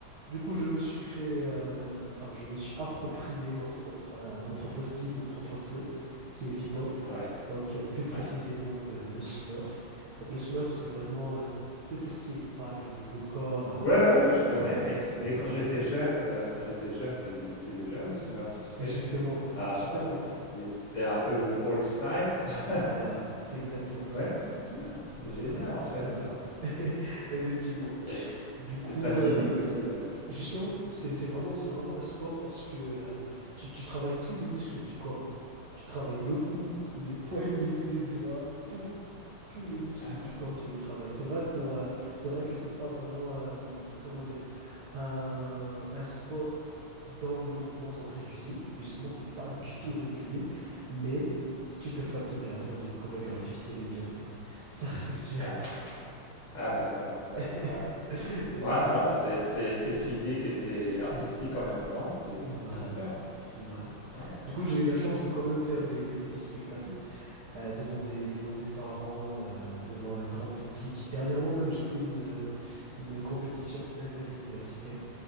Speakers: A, on the right; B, on the left.
A: Du coup, je me suis créé, euh, enfin, je me suis approprié ma propre, euh, mon propre style, mon propre flow, qui est l'hip-hop.
B: ouais,
A: Donc, euh, plus précisément,
B: ouais.
A: le, le Smurf. Donc, le Smurf, c'est vraiment, euh, c'est tout ce qui est vague avec le corps. euh,
B: Ouais, ouais, ouais, je connais,
A: voilà,
B: mais,
A: c'est
B: mais
A: ça.
B: quand j'étais jeune, euh, quand j'étais jeune, ça existait déjà, le Smurf, tu sais.
A: Et justement, ça
B: Ah,
A: fait super longtemps.
B: c'est c'est un peu old style, quoi. <laughs>
A: Voilà, c'est exactement
B: Ouais,
A: ça.
B: mais c'est bien. C'est génial,
A: Ouais,
B: en fait,
A: voilà.
B: ça.
A: <laughs> Effectivement.
B: Et
A: Du coup,
B: c'est très physique
A: euh,
B: aussi, d'ailleurs.
A: Justement, c'est c'est vraiment, c'est vraiment un sport parce que euh, tu, tu travailles tous les muscles du corps. Tu travailles le cou, les poignets, les doigts, tout. Tous les muscles
B: Ah
A: du
B: ouais.
A: corps, tu les travailles. C'est vrai pour, euh, c'est vrai que c'est pas vraiment, euh, comment dire, un, un sport dont les mouvements sont réguliers. Justement, c'est pas du tout régulier, mais tu te fatigues à la fin d'une chorégraphie si elle est bien faite. Ça, c'est sûr.
B: Ah, ah, d'accord, d'accord,
A: <laughs>
B: ouais.
A: Effectivement.
B: Ouais, non, bah c'est c'est- c'est physique et c'est artistique en même temps, c'est
A: Voilà.
B: c'est super.
A: Ouais.
B: Ouais.
A: Du coup, j'ai eu la chance de quand même faire des, des petits spectacles euh, devant des devant des parents, euh, devant un grand public. Dernièrement même, j'ai fait une euh, une compétition interuniversitaire.